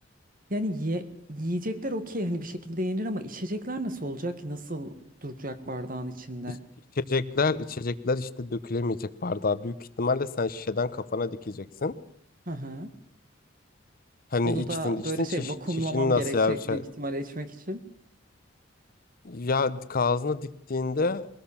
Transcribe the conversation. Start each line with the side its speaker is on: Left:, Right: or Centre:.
Right: yani ye- yiyecekler okey hani bir şekilde yenir ama içecekler nasıl olacak ki? Nasıl duracak bardağın içinde?
Left: İç, içecekler içecekler işte dökülemeyecek bardağa. Büyük ihtimalle sen şişeden kafana dikeceksin.
Right: Hı hı.
Left: Hani
Right: Onu
Left: içtin
Right: da
Left: içtin
Right: böyle şey
Left: çiş,
Right: vakumlamam
Left: çişini nasıl
Right: gerekecek
Left: ya? Şey-
Right: büyük ihtimalle içmek için.
Left: Ya ağzına diktiğinde